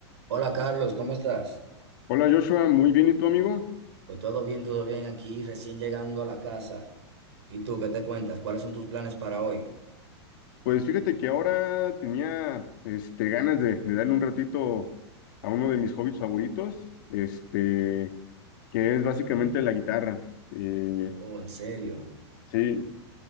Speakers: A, on the right; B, on the left.
A: Hola Carlos, ¿cómo estás?
B: Hola Joshua, muy bien, ¿y tú amigo?
A: Pues todo bien, todo bien aquí, recién llegando a la casa. ¿Y tú qué te cuentas? ¿Cuáles son tus planes para hoy?
B: Pues fíjate que ahora tenía este, ganas de, de darle un ratito a uno de mis hobbies favoritos, este, que es básicamente la guitarra. Eh,
A: Oh, en serio.
B: sí,